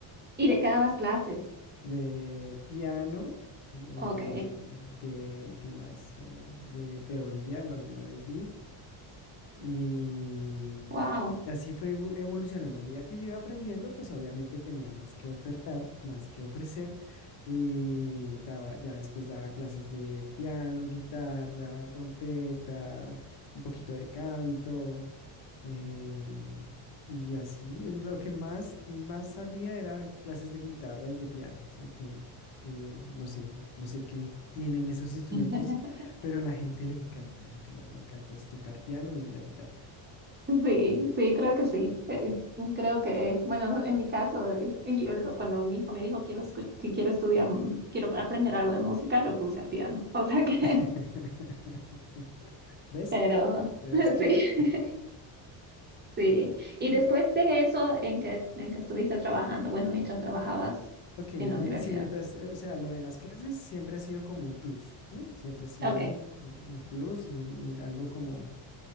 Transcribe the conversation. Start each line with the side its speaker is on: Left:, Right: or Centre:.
Right: Y de qué quedabas clases.
Left: De piano, eh,
Right: Ok,
Left: de, ¿qué más? Eh, de teoría, bueno, alguna vez di. Y,
Right: wow.
Left: y así fue evo- evolucionando. A medida que yo iba aprendiendo, pues obviamente tenía más que ofertar, más que ofrecer. Y daba, ya después daba clases de piano, guitarra, trompeta, un poquito de canto. eh, y así, eh, lo que más, más salía era clases de guitarra y de piano. Eso es lo que, eh, no sé, no sé qué tienen esos instrumentos
Right: <laughs>
Left: pero a la gente le encanta, lo que más le encanta es tocar piano y la guitarra.
Right: Sí, sí, creo que sí. Eh, creo que, bueno, en mi caso, eh, yo lo- cuando mi hijo me dijo quiero escu- si quiero estudiar, mm, quiero aprender algo de música, lo puse a piano. <laughs> O sea que,
Left: <laughs> ¿Ves?
Right: pero
Left: ¿Te das
Right: <laughs>
Left: cuenta?
Right: sí, <laughs> sí. Y después de eso, ¿en que en que estuviste trabajando? Bueno, mientras trabajabas
Left: Ok, de-
Right: en la universidad.
Left: sí, mientras, eh, o sea, lo de las clases siempre ha sido como un plus, ¿m? Siempre ha sido
Right: Ok,
Left: un un plus y, un- y algo como,